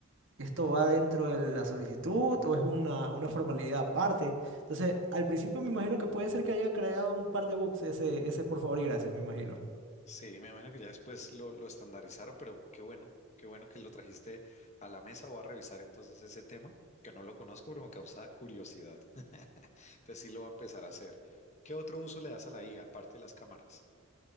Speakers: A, on the right; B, on the left.
A: ¿Esto va dentro de la solicitud o es una, una formalidad aparte? Entonces, al principio me imagino que puede ser que haya creado un par de bugs ese, ese por favor y gracias, me imagino.
B: Sí, me imagino que ya después lo, lo estandarizaron, pero qué bueno, qué bueno que lo trajiste a la mesa. Voy a revisar entonces ese tema, que no lo conozco, pero me causa curiosidad. <laughs> Entonces sí lo va a empezar a hacer. ¿Qué otro uso le das a la IA, aparte de las cámaras?